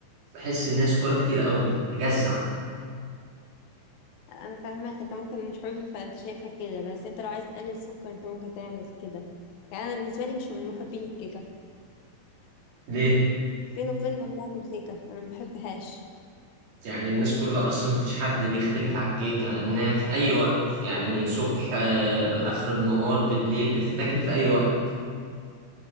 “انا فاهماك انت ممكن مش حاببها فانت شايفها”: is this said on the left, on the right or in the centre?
Left